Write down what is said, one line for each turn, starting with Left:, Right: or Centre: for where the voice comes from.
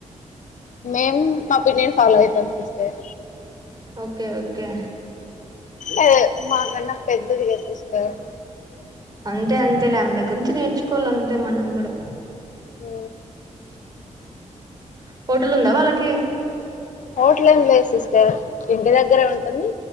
Left: మేమ్ మా ఒపీనియన్ ఫాలో అయితాం సిస్టర్
Right: ఓకే ఓకే
Left: ఏ మాకన్నా పెద్దదిగా సిస్టర్
Right: అంతే అంతే లే ఆమె దగ్గరంచి నేర్చుకోవాలి అంతే మనం కూడా
Left: ఉ
Right: హోటల్ ఉందా వాళ్ళకి?
Left: హోటల్ ఏమి లేదు సిస్టర్ ఇంటి దగ్గరే ఉంటుంది.